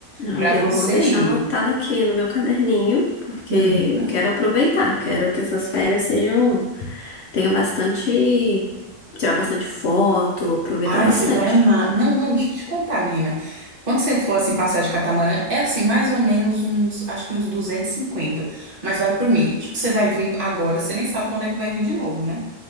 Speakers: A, on the left; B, on the right.
A: Ah,
B: Pra
A: já
B: você
A: vou deixar
B: ir.
A: anotado aqui no meu caderninho, porque
B: Uhum.
A: eu quero aproveitar, quero que essas férias sejam, tenha bastante, tirar bastante foto, aproveitar
B: Ai,
A: bastante.
B: você vai amar. Não, não, deixa eu te contar, menina. Quando você for assim passear de catamarã, é assim, mais ou menos uns, acho que uns 250. mas vai por mim. Tipo, você vai vir agora, você nem sabe quando é que vai vir de novo, né?